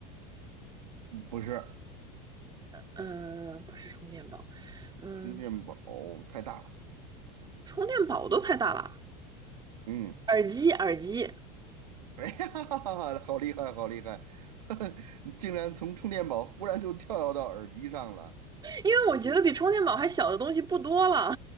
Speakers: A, on the right; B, on the right.
A: 不是
B: 嗯、不是充电宝，嗯，
A: 充电宝太大了，
B: 充电宝都太大了，
A: 嗯。
B: 耳机耳机。
A: <laughs> 哎呀，好厉害，好厉害！<laughs> 你竟然从充电宝忽然就跳跃到耳机上了。
B: 因为我觉得比充电宝还小的东西不多了。